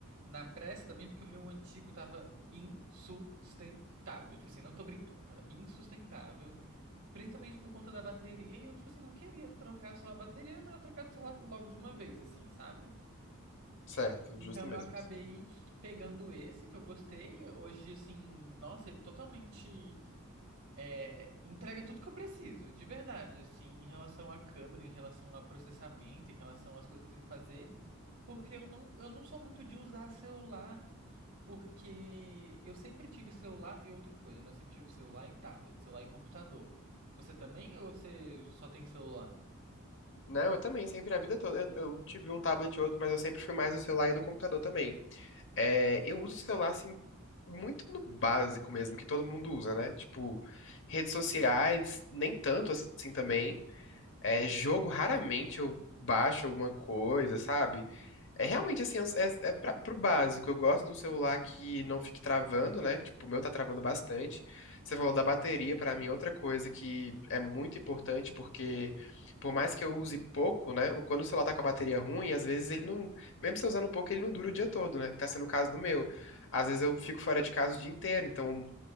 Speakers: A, on the right; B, on the left.
A: na pressa também, porque o meu antigo tava insustentável, tipo assim, não tô brincando, tava insustentável, Principalmente por conta da bateria, e eu, tipo assim, não queria trocar só a bateria, era melhor trocar, sei lá, logo de uma vez, assim, sabe?
B: Certo,
A: Então
B: justo mesmo
A: eu acabei
B: isso.
A: pegando esse que eu gostei. Hoje, assim, nossa, ele totalmente é, entrega tudo que eu preciso, de verdade, assim, em relação à câmera, em relação ao processamento, em relação às coisas que eu tenho que fazer, porque eu não, eu não sou muito de usar celular. Porque eu sempre tive celular e outra coisa, né? Eu sempre tive celular e tablet, celular e computador. Você também ou você só tem celular?
B: Não, eu também, sempre, a vida toda. Eu, eu tive um tablet e outro, mas eu sempre fui mais do celular e do computador também. É, eu uso o celular, assim, muito no básico mesmo, que todo mundo usa, né? Tipo, redes sociais, nem tanto assim também. É, jogo, raramente eu baixo alguma coisa, sabe? É realmente assim, é, um, é é pra, pro básico. Eu gosto de um celular que não fique travando, né? Tipo, o meu tá travando bastante. Você falou da bateria, pra mim, é outra coisa que é muito importante, porque por mais que eu use pouco, né? o- Quando o celular tá com a bateria ruim, às vezes ele não. Mesmo se eu usando pouco, ele não dura o dia todo, né? Que tá sendo o caso do meu. Às vezes eu fico fora de casa o dia inteiro, então.